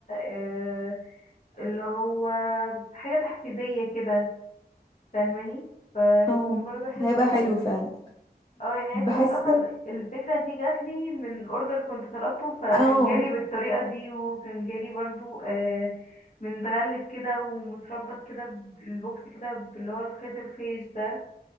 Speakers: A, on the left; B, on the left.
A: آه، اللي هو حاجة تحفيزية كده فاهماني فهيكون
B: او
A: برضه حلو
B: هيبقى
A: جدا
B: حلو فعلا
A: اه يعني عايز
B: بحس
A: اقولك اصلا الفكره دي جات لي من اوردر كنت طلبته فكان
B: او
A: جالي بالطريقه دي وكان جالي برضو آه متغلف كده ومتربط كده بالبوكس كده باللي هو الخيط الخيش ده